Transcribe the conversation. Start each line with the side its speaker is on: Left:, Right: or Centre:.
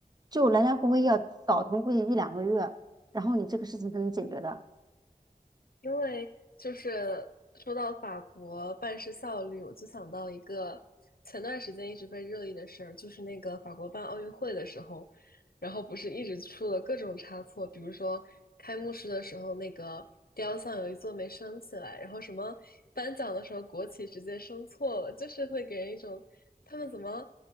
Right: 就来来回回要倒腾估计一两个月，然后你这个事情才能解决的。
Left: 真的因为就是说到法国办事效率，我就想到一个前段时间一直被热议的事儿，就是那个法国办奥运会的时候，然后不是一直出了各种差错，比如说开幕式的时候那个雕像有一座没升起来，然后什么颁奖的时候国旗直接升错了，就是会给人一种他们怎么